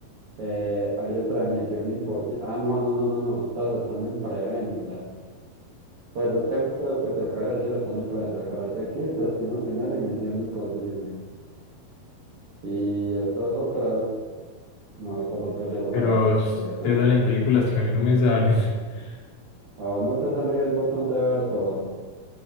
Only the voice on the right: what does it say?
Eh, hay otra de Misión Imposible. Ah, no, no, no, no, no. Estas están en preventa. Pues estas tres que te acabo de decir están en preventa: Karate Kid, Destino Final y Misión Imposible. Y estas otras, no, estas otras ya son
las de
cartelera.
A vos no te sale el botón de ver todo.